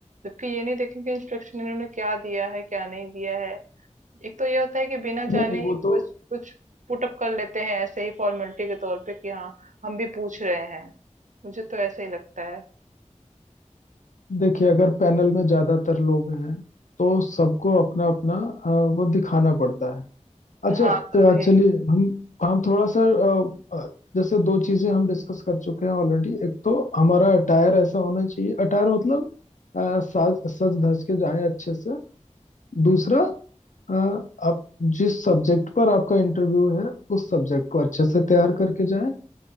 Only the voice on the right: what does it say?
जबकि ये नहीं देखें कि इंस्ट्रक्शन इन्होंने क्या दिया है क्या नहीं दिया है एक तो ये होता है कि बिना
जाने
ही
कुछ कुछ पुटअप कर लेते हैं ऐसे ही फॉर्मेलिटी के तौर पे कि हाँ हम भी पूछ रहे हैं मुझे तो ऐसे ही लगता है
हाँ तो वही